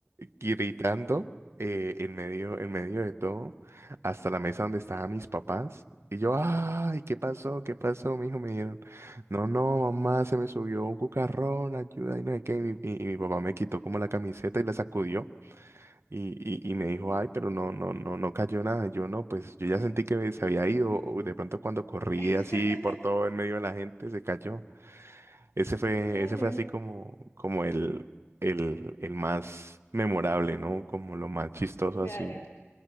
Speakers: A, on the right (about 80°); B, on the left (about 80°).
A: gritando eh, en medio, en medio de todo, hasta la mesa donde estaban mis papás. Y yo, ay, ¿qué pasó? ¿Qué pasó? Mi hijo me dijeron, no, no, mamá, se me subió un cucarrón, ayuda, y no sé qué. Y mi, y- y mi papá me quitó como la camiseta y la sacudió. Y, y, y me dijo, ay, pero no, no, no, no cayó nada. Y Yo no, pues yo ya sentí que se había ido. o De pronto cuando corrí
B: <laughs>
A: así por todo en medio de la gente, se cayó. Ese fue,
B: Claro,
A: ese fue así como, como el, el, el más memorable, ¿no? Como lo más chistoso
B: claro,
A: así.